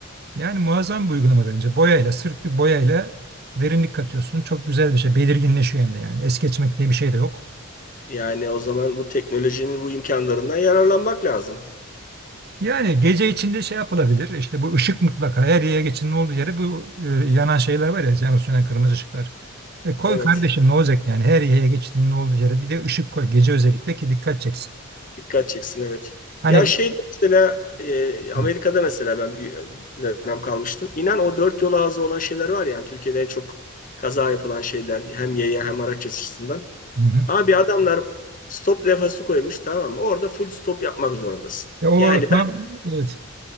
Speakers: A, on the right; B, on the left.
A: Yani muazzam bir uygulama bence. Boyayla, sırf bir boyayla derinlik katıyorsun. Çok güzel bir şey. Belirginleşiyor hem de yani. Es geçmek diye bir şey de yok.
B: Yani o zaman bu teknolojinin bu imkanlarından yararlanmak lazım.
A: Yani gece içinde şey yapılabilir. İşte bu ışık mutlaka her yere geçin ne olduğu yere bu e, yanan şeyler var ya yanıp sönen kırmızı ışıklar. E koy
B: Evet.
A: kardeşim ne olacak yani her yere geçtiğinin ne olduğu yere bir de ışık koy gece özellikle ki dikkat çeksin.
B: Dikkat çeksin evet.
A: Hani
B: Ya şeyde mesela e, Amerika'da
A: Hı
B: mesela ben bir dönem kalmıştım. İnan o dört yol ağzı olan şeyler var ya, yani Türkiye'de en çok kaza yapılan şeyler hem yaya hem araç açısından.
A: hı.
B: Abi adamlar stop levhası koymuş tamam mı? Orada full stop yapmak zorundasın.
A: Ya o
B: Yani
A: tam
B: ben
A: evet.